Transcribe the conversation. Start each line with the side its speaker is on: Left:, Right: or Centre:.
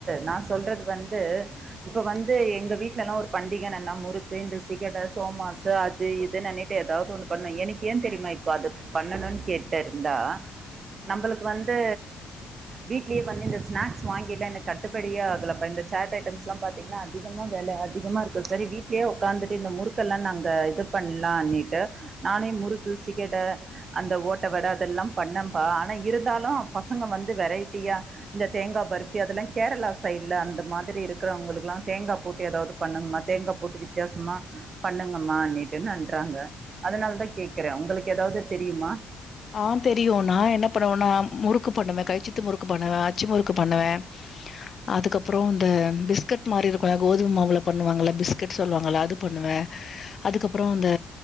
Right: நா சொல்றது வந்து இப்ப வந்து எங்க வீட்டலலா ஒரு பண்டிகனா என்ன முறுக்கு இந்த சிகட சோமாசு அது இதுனு அனைத் த்து எதாவ்து ஒன்னு பண்ணு எனக்கு ஏ தெரியுமா இப்ப அத பண்ணனுன் கேட்டுருந்தா நம்பளுக்கு வந்து வீட்லே வந்து இந்த ஸ்நாக்ஸ் வாங்கிலா எனக்கு கட்டுப்படியே ஆகலப்பா இந்த சாட் ஐட்டம்ஸ்லா பாத் தீங்னா அதிகமா வெல அதிகமா இருக்கு செரி வீட்லே ஒக்காந்துட்டு இந்த முறுக்கெல்லா நாங்க இது பண்லானிட்டு நானே முறுக்கு சிகட அந்த ஓட்ட வட அதெல்லா பண்ணம்ப்பா ஆனா இருந்தாலு பசங்க வந்து வெரைட்டியா இந்த தேங்கா பர்ஃபி அதெல்லா கேரளா சைட்ல அந்த மாதிரி இருக்கிறவ்ங்களுக்குலா தேங்கா போட்டு எதாவ்து பண்ணனுமா தேங்கா போட்டு வித்தியாசமா பண்ணுங்கம்மானிட்டு நன்றாங்க அதனால தா கேக்குறே உங்களுக்கு எதாவ்து தெரியுமா
Left: ஆ தெரியு நா என்ன பண்ணுவனா முறுக்கு பண்ணுவே கைச்சுத்து முறுக்கு பண்ணுவே அச்சு முறுக்கு பண்ணுவே அதுக்கப்றோ இந்த பிஸ்கட் மாரி இருக்குல கோதும மாவுல பண்ணுவாங்கள பிஸ்கட் சொல்லுவாங்கள அது பண்ணுவே அதுக்கப்றோ இந்த